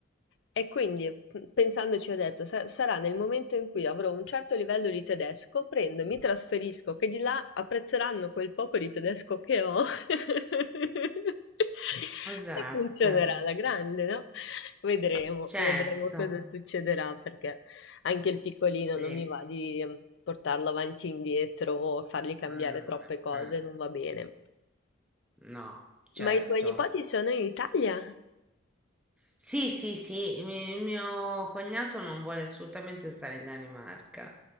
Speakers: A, on the left; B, in the centre.
A: E quindi, p- pensandoci, ho detto, sa- sarà nel momento in cui avrò un certo livello di tedesco, prendo, mi trasferisco, che di là apprezzeranno quel poco di tedesco che ho. <laughs>
B: Esatto,
A: E funzionerà alla grande, no? Vedremo,
B: certo,
A: vedremo cosa succederà perché anche il piccolino
B: sì,
A: non mi va di ehm, portarlo avanti e indietro o fargli cambiare
B: amore,
A: troppe cose,
B: eh,
A: non va bene.
B: no, certo.
A: Ma i tuoi nipoti sono in Italia?
B: Sì, sì, sì, mi- il mio cognato non vuole assolutamente stare in Danimarca,